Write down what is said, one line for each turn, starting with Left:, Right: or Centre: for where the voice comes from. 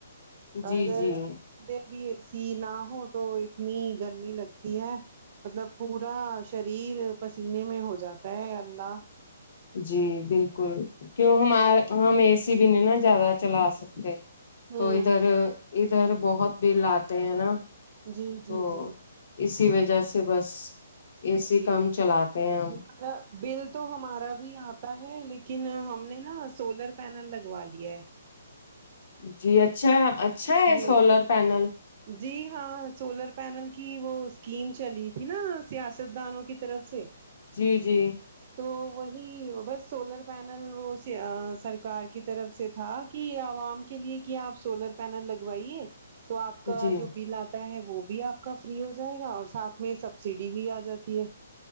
Left: ہے جی
Right: اور وہ
Left: جی
Right: ادھر بھی اے سی نہ ہو تو اتنی گرمی لگتی ہے مطلب پورا شریر پسینے میں ہو جاتا ہے اللہ
Left: جی بالکل کیوں ہم ہم اے سی بھی نہیں نا زیادہ چلا سکتے
Right: ہوں
Left: تو ادھر ادھر بہت بل آتے ہیں نا
Right: جی جی
Left: تو
Right: جی
Left: اسی وجہ سے بس اے سی
Right: جی
Left: کم چلاتے ہیں ہم
Right: ہمارا بل تو ہمارا بھی آتا ہے لیکن ہم نے نا سولر پینل لگوا لیا ہے
Left: جی اچھا اچھا ہے
Right: جی
Left: سولر پینل
Right: جی ہاں سولر پینل کی وہ اسکیم چلی تھی نا سیاست دانوں کی طرف سے
Left: جی جی
Right: تو وہی بس سولر پینل وہ سیاہ سرکار کی طرف سے تھا کہ عوام کے لیے کیا اپ سولر پینل لگوائیے تو اپ کا
Left: جی
Right: جو بل اتا ہے وہ بھی اپ کا فری ہو جائے گا اور ساتھ میں سبسڈی بھی ا جاتی ہے